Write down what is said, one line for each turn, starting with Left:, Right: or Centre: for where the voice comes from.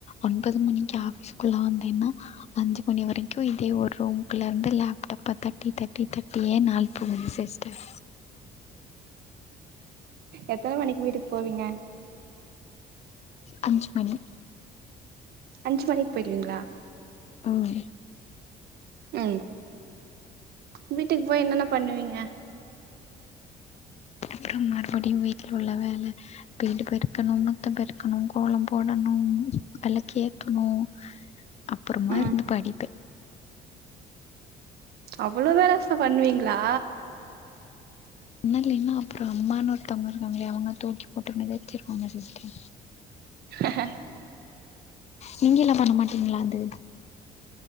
Left: ஒன்பது மணிக்கு ஆபிஸ்க்குள்ள வந்தேன் னா அஞ்சு மணி வரைக்கு இதே ஒரு ரூம்க்குள்ள ருந்து லேப்டாப்ப தட்டி தட்டி தட்டியே நாள் போகுது சிஸ்டர்
Right: எத்தன மணிக்கு வீட்டுக்கு போவீங்க?
Left: அஞ்சு மணி
Right: அஞ்சு மணிக் போயிருவீங்ளா?
Left: ம்
Right: ம் வீட்டுக்கு போய் என்னன்ன பண்ணுவீங்க?
Left: அப்றம் மறுபடியு வீட்ல உள்ள வேல வீடு பெருக்கணு முத்தம் பெருக்கணு கோலம் போடணு ம் வெளக்கு ஏத்தணு அப்பறமா
Right: ம்
Left: இருந்து படிப்பே
Right: அவ்வளோ வேல ச பண்ணுவீங்ளா?
Left: ண்ணலைன்னா அப்பறொ அம்மான்னு ஒருத்தவங்க இருக்காங்கலே அவங்க தூக்கி போட்டு மிதுச்சிருவாங்க சிஸ்டர்
Right: ஆஹஹ
Left: நீங்கெல்லா பண்ண மாட்டீங்ளா அது